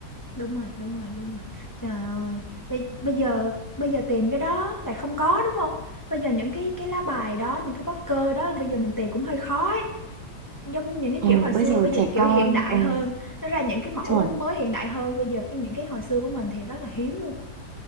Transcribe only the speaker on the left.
đúng rồi đúng rồi đúng rồi trời ơi bây, bây giờ bây giờ tìm cái đó lại không có đúng không bây giờ những cái cái lá bài đó những cái poster đó bây giờ mình tìm cũng hơi khó ấy. giống những cái
kiểu hồi
xưa
bây
giờ cái kiểu
hiện đại
hơn nó ra những cái mẫu
mới hiện đại hơn bây giờ cái những cái hồi xưa của mình thì rất là hiếm luôn